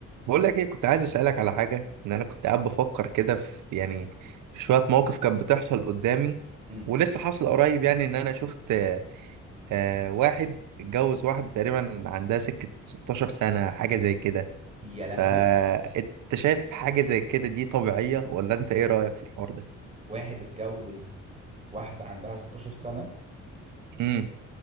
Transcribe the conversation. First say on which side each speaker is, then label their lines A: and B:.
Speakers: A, on the right (about 80°); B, on the right (about 20°).
A: بقول لك ايه كنت عايز اسالك على حاجه ان انا كنت قاعد بفكر كده في يعني في شويه مواقف كانت بتحصل قدامي
B: امم
A: ولسه حاصل قريب يعني ان انا شفت آه، آه، واحد اتجوز واحده تقريبا عندها سكه 16 سنه حاجه زي كده
B: يا لهوي
A: فانت شايف حاجه زي كده دي طبيعيه ولا انت ايه رايك في الحوار ده
B: واحد اتجوز واحدة عندها 16 سنة
A: امم